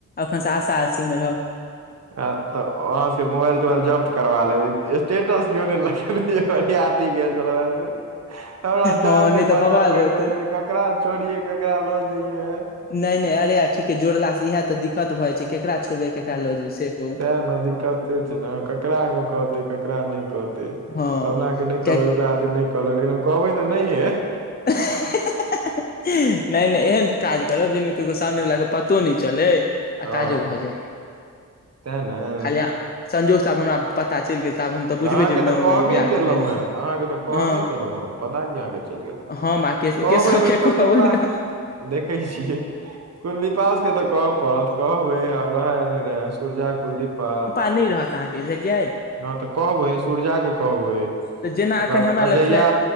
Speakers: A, on the left; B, on the right.
A: एखनसँ आशा आशीमे रह
B: त अहााँ सब के मोबाइल तोबाइल जब्त करबा लेबै स्टेटसजोरै लगेयलै बरियाति गेल छलौ मेसेज हमराजान
A: हँ नहि
B: के पाछा
A: तऽ बवाल
B: पैड़
A: भऽ जेतै
B: जायत ककरा छोड़ियै ककरा लऽ जइयए।
A: नहि नहि अरे अथि के जोड़लासँ इह तऽ दिक्कत भ जाइ छै केकरा छोड़बै केकरा लऽ जेयबै से कहू।
B: न न दिक्कते छै ने ककरा एहिमे कहते ककरा नहि कहते
A: हँ
B: पवना के नहि
A: कियाकि
B: कहबै तऽ ओकरा नहि कहलक लेकिन हम कहबै तऽ नहि होये।
A: नय नय एहन काज। जेमे केगो सामने वला के पतो न चलै। आ
B: हँ
A: काजो भऽ जाय
B: तें ने
A: खालि संजोगसँ आब हमरा पता चलि गेल तऽ आब हम। तऽ बुझबे
B: बात
A: जेबै
B: मे
A: नवम्बर
B: तऽ कहबे
A: बियाह चंद्र
B: केलहुँ
A: भाईजी
B: हे
A: के
B: तऽ अहाँके तऽ कहबे
A: हँ
B: कयेलहुँ हेँ। पता की अहाँके चल गेलहु
A: हम आ केशव
B: कहबै
A: केशव
B: एहिमे
A: के
B: कुलदीपा
A: कहबै ने
B: देखै छियै। कुलदीपास के तऽ कहऽ पड़त कहबै आब रहे या नहि रहे सुरजा कुलदीपा।
A: नय रहत अहाँ <unintelligible>
B: हँ तऽ कहबै सूरजा के कहबै ओकर
A: तऽ जेना एखन
B: बाद
A: हमरा
B: अजया।
A: लग फ्लै